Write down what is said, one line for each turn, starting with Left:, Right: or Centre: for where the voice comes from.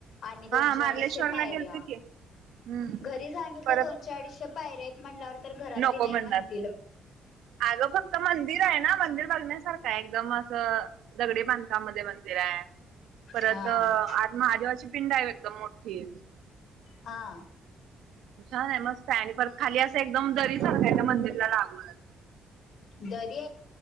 Left: आणि दोनशे,
Right: हा मार्लेश्वरला
Left: अडीचशे पायऱ्या.
Right: गेलतो की हम्म
Left: घरी सांगितलं
Right: परत
Left: दोनशे, अडीचशे पायऱेत म्हटल्यावर तर घरातली
Right: नको
Left: नाही
Right: म्हणणार.
Left: म्हणत
Right: अगं फक्त
Left: <unintelligible>
Right: मंदिर आहे ना मंदिर बघण्यासारखं आहे, एकदम असं दगडी बांधकामा मध्ये मंदिर आहे. परत
Left: हा
Right: आत आज महादेवाची पिंड आहे, एकदम मोठी.
Left: हा.
Right: छान! आहे मस्त आहे, आणि परत खाली असं एकदम दरी सारख आहे त्या मंदिरला लागून.
Left: दरे